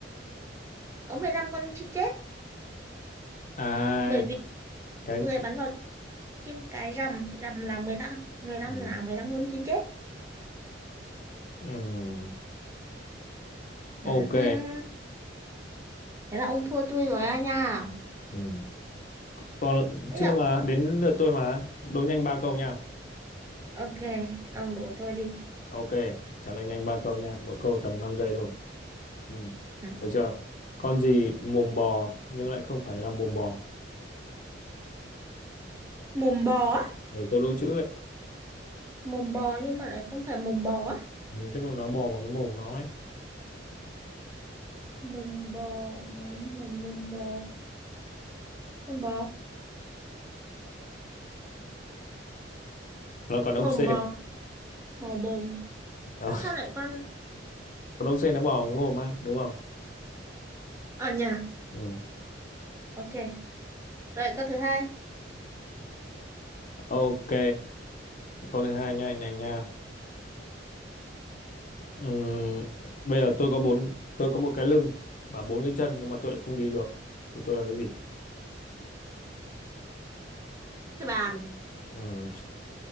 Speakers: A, on the right (about 15°); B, on the left (about 45°).
A: có 15 con chim chết
B: À,
A: bởi vì
B: cái
A: người bắn vào chim cái rằm rằm là mười lăm mười lăm
B: ừ.
A: là 15 con chim chết
B: Ừ. Ok.
A: Ừ thế là ông thua tôi rồi á nha
B: Ừ. Còn
A: thế
B: chưa
A: ạ
B: mà đến lượt tôi mà. Đố nhanh ba câu nha.
A: ok ông đổ tôi đi
B: Ok, trả lời nhanh ba câu nha. Mỗi câu tầm 5 giây thôi. Ừ.
A: ừ.
B: Được chưa? Con gì mồm bò nhưng lại không phải là mồm bò?
A: mồm bò á
B: ừ, câu đố chữ ấy
A: mồm bò nhưng mà lại không phải mồm bò á
B: ừ, tức là nó bò bằng cái mồm nó ấy
A: mồm bò mồm bò mồm bò con bò
B: nó còn ốc
A: mồm
B: sên
A: bò mồm bồm
B: Đó.
A: sao lại con
B: <laughs> còn ốc sên nó bò bằng cái mồm á đúng không
A: Ở nhà,
B: ừ.
A: ok rồi câu thứ hai
B: ok câu thứ hai nha nhanh nha ừ. bây giờ tôi có bốn tôi có một cái lưng và bốn cái chân nhưng mà tôi lại không đi được thì tôi là cái gì
A: cái bàn.
B: ừ.